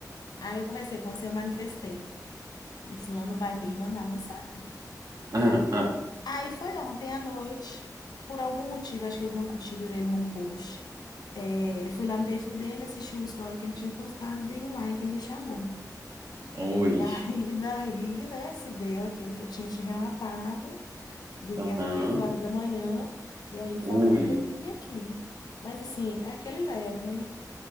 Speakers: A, on the left (about 75°); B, on the right (about 60°).
A: Aí eu conversei com você, eu manifestei. Falei, fulano vai me mandar mensagem.
B: Aham. aham.
A: Aí foi ontem à noite, por algum motivo, acho que eu vi uma curtida dele num post. É, fui lá no perfil dele, assisti o story que ele tinha postado, dei um like, ele me chamou.
B: Ui.
A: E aí, <laughs> daí, né, se deu aquilo que eu tinha te relatado. dormia
B: Aham.
A: às três horas da manhã, e aí ele
B: Ui.
A: falou que eu vim aqui. Mas assim, é aquele lero, né?